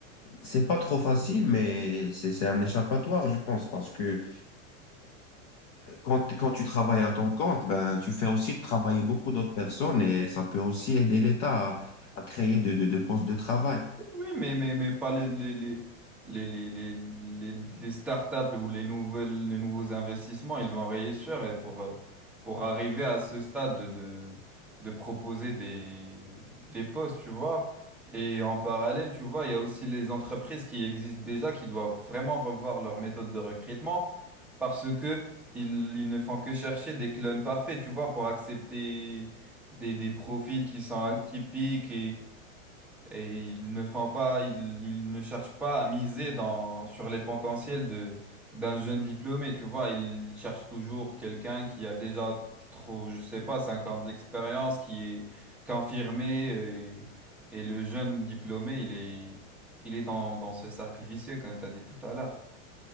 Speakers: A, on the left; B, in the centre.
A: c'est pas trop facile, mais c'est, c'est un échappatoire, je pense, parce que quand, quand tu travailles à ton compte, ben, tu fais aussi travailler beaucoup d'autres personnes et ça peut aussi aider l'État à, à créer de, de, de postes de travail.
B: Oui, mais, mais, mais pas les, les, les, les, les, les, les- les startups ou les nouvelles, les nouveaux investissements, ils vont réussir et pour, euh, pour arriver à ce stade de, de, de proposer des, des postes, tu vois. Et en parallèle, tu vois, il y a aussi les entreprises qui existent déjà, qui doivent vraiment revoir leur méthode de recrutement parce que ils, ils ne font que chercher des clones parfaits, tu vois, pour accepter des, des profils qui sont atypiques et ils ne font pas, ils, ils ne cherchent pas à miser dans, sur les potentiels de, d'un jeune diplômé, tu vois. Ils cherchent toujours quelqu'un qui a déjà trop, je sais pas, 50 ans d'expérience, qui est confirmé. Et, et le jeune diplômé, il est, il est dans, dans ce cercle vicieux, comme tu as dit tout à l'heure.